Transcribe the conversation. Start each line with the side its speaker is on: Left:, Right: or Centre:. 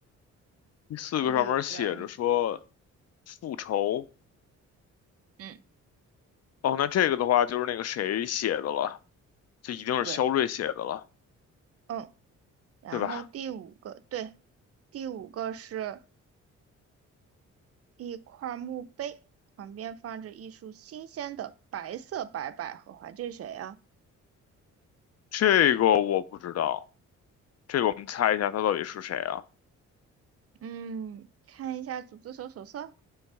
Left: 第四个上面写着说
Right: 这里有什
Left: 复仇，
Right: 嗯，
Left: 哦，那这个的话就是那个谁写的了，这一定是肖瑞写的了，
Right: 对。嗯。然后第五个，
Left: 对吧？
Right: 对，第五个是一块墓碑，旁边放着一束新鲜的白色白百合花。这是谁啊？
Left: 这个我不知道，这个我们猜一下他到底是谁啊？
Right: 嗯，看一下组织手手册，